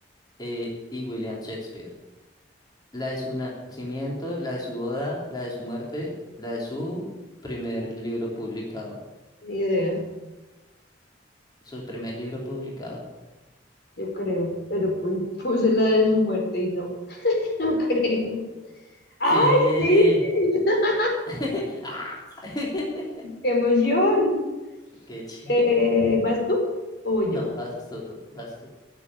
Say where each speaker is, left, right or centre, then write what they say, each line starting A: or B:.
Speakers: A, on the left (about 20°); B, on the left (about 60°).
A: eh, y William Shakespeare? La de su nacimiento, la de su boda, la de su muerte, la de su primer libro publicado.
B: ni idea,
A: Su primer libro publicado.
B: yo creo. Pero pu- puse la de su muerte y no, <laughs> no creo. ¡Ay,
A: Sí.
B: sí! <laughs>
A: <laughs> ¡Ah! <laughs>
B: ¡Qué emoción!
A: Qué ch-
B: Eh,
A: <laughs>
B: ¿vas tú o voy yo?
A: No, vas tú, vas tú.